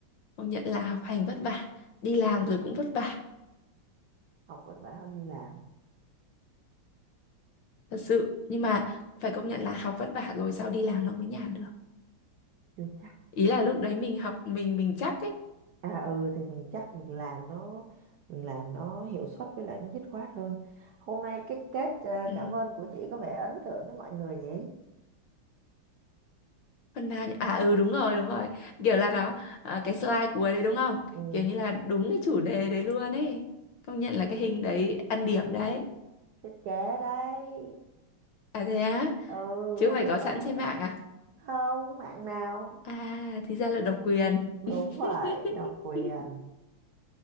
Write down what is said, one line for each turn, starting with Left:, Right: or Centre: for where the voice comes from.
Left: Công nhận là học hành vất vả, đi làm rồi cũng vất vả,
Right: học vất vả hơn đi làm
Left: thật sự. Nhưng mà phải công nhận là học vất vả rồi sao đi làm nó mới nhàn được.
Right: chưa chắc
Left: Ý là lúc đấy mình học mình mình chắc ấy.
Right: À ừ thì mình chắc mình làm nó mình làm nó hiệu suất với lại nó dứt khoát hơn. Hôm nay cái kết ờ,
Left: Ừ,
Right: cảm ơn của chị có vẻ ấn tượng với mọi người nhỉ?
Left: phần nào nhỉ? À ừ đúng rồi, đúng rồi. Kiểu là nó ờ, cái slide cuối đấy đúng không?
Right: Ừ,
Left: Kiểu như là đúng cái chủ đề đấy luôn ấy. Công nhận là cái hình đấy ăn điểm đấy.
Right: thiết kế đấy.
Left: À thế á,
Right: Ừ,
Left: chứ
Right: không
Left: mày
Right: phải
Left: có
Right: không
Left: sẵn
Right: mà
Left: trên
Right: có.
Left: mạng à?
Right: Không, mạng nào.
Left: À, thì ra là độc quyền.
Right: Đúng
Left: <laughs>
Right: vậy, độc quyền.